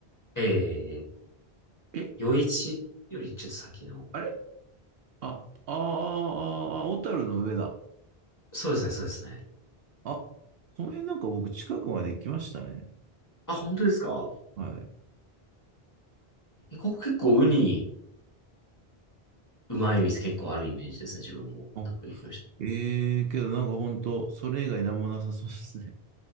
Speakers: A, on the left; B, on the right.
A: ええ
B: え、
A: 夜市よりちょっと先の。
B: あれあ、あーあー、あーあー、小樽の上だ。
A: そうですね、そうですね。
B: あ、この辺なんか僕近くまで行きましたね。
A: あ、本当ですか
B: はい。
A: ここ結構ウニ、うまい店結構あるイメージですね、自分も。
B: あ、
A: なんか行きました。
B: ええけどなんか本当それ以外なんもなさそうですね。